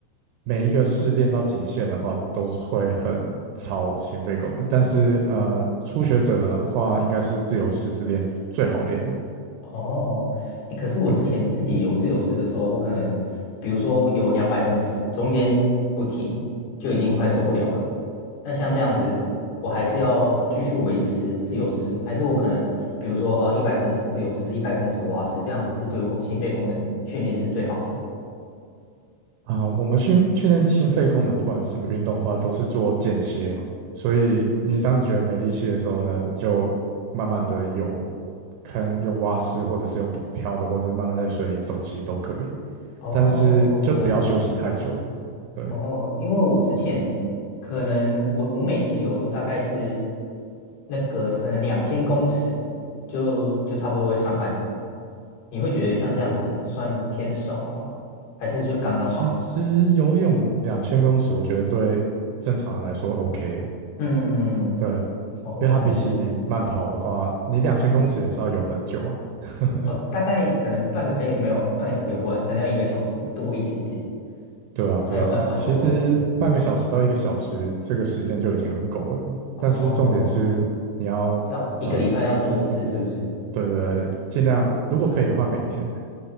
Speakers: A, on the right (about 80°); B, on the left (about 80°).
A: 每一个试练到极限的话，都会很超心肺功能。但是呃，初学者的话，应该是自由式是练最好练的。
B: 哦，欸可是我之前自己游自由式的时候，
A: 对
B: 我可能比如说游两百公尺，中间不停就已经快受不了了。那像这样子，我还是要继续维持自由式吗？还是我可能比如说呃一百公尺自由式，一百公尺蛙式，这样子是对我心肺功能训练是最好的？
A: 啊，我们训训练心肺功能，不管是什么运动的话，都是做间歇嘛。所以你当你觉得没力气的时候呢，你就慢慢的游，看用蛙式或者是用漂的，或者是慢慢在水里走，其实都可以。
B: 哦，哦哦原来如此，
A: 但是就不要休息太久。
B: 原来如此。
A: 对。
B: 哦，因为我之前可能我我每次游都大概是那个可能两千公尺就就差不多会上岸了。你会觉得像这样子算偏少吗？
A: 哦，
B: 还是就刚刚好？
A: 其实游泳两千公尺，我觉得对正常人来说 OK 的，
B: 嗯，嗯嗯
A: 对，
B: 哦，
A: 因为它比起慢跑的话，你两千公尺也是要游很久啊。<laughs>
B: 哦，大概可能半个，哎，没有，半个小时游不完，可能要一个小时多一点点
A: 对啊，
B: 才有办法游完。
A: 对啊，其实半个小时到一个小时这个时间就已经很够了，
B: 哦，
A: 但是重点是你要呃，
B: 要一个礼拜要多次，
A: 自
B: 是不是？
A: 对对对，尽量如果可以的话每天，